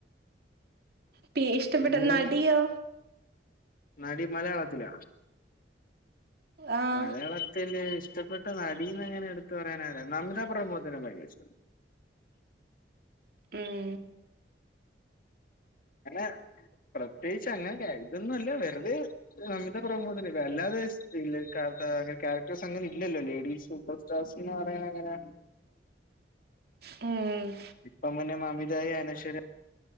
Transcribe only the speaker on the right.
പി ഇഷ്ടപ്പെട്ട
നടിയോ
ആഹ്
ഉം.
ഉം.